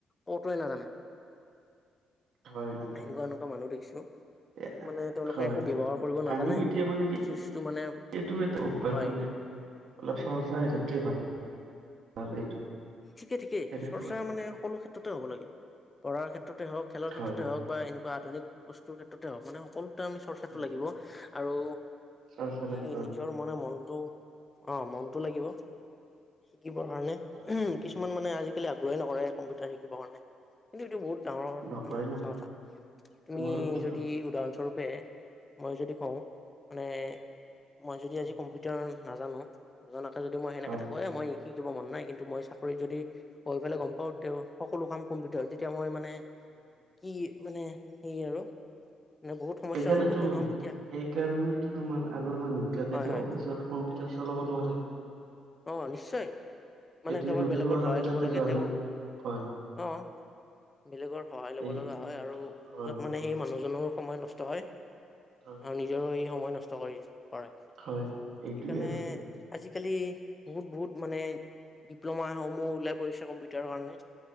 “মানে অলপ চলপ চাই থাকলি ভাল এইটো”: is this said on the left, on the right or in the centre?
Right